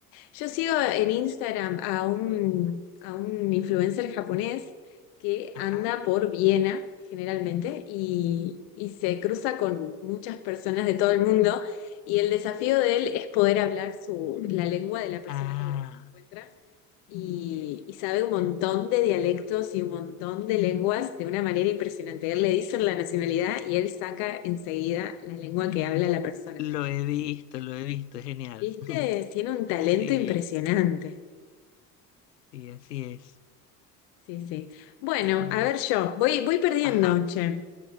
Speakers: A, on the left (about 50°); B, on the left (about 80°).
A: Yo sigo en Instagram a un, a un influencer japonés que
B: Ajá.
A: anda por Viena generalmente y, y se cruza con muchas personas de todo el mundo y el desafío de él es poder hablar su, la lengua de la persona
B: Ah,
A: con la que se encuentra y, y sabe un montón de dialectos y un montón de lenguas de una manera impresionante. Él le dice la nacionalidad y él saca enseguida la lengua que habla la persona.
B: lo he visto, lo he visto, es genial.
A: ¿Viste? Tiene un talento
B: Sí,
A: impresionante.
B: sí, así es.
A: Sí, sí. Bueno,
B: A ver,
A: a ver yo. Voy, voy perdiendo,
B: Ajá.
A: che.